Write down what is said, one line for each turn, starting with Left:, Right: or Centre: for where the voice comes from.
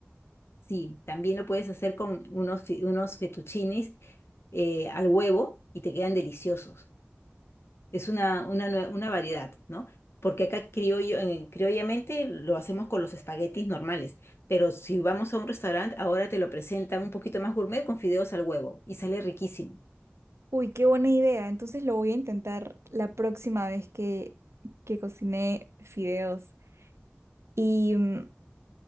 Left: Sí, también lo puedes hacer con unos, fi- unos fettuccines eh, al huevo y te quedan deliciosos. Es una, una, nue- una variedad, ¿no? Porque acá criollo, eh, criollamente lo hacemos con los espaguetis normales, pero si vamos a un restaurante, ahora te lo presentan un poquito más gourmet con fideos al huevo y sale riquísimo.
Right: Uy, qué buena idea. Entonces lo voy a intentar la próxima vez que, que cocine fideos. Y mm,